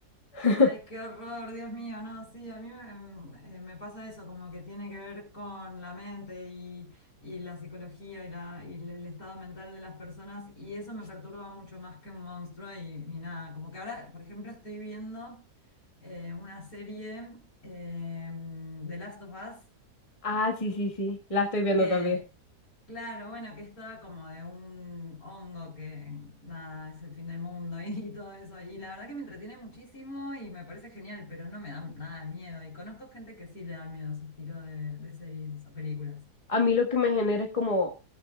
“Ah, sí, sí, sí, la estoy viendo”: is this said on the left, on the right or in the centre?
Left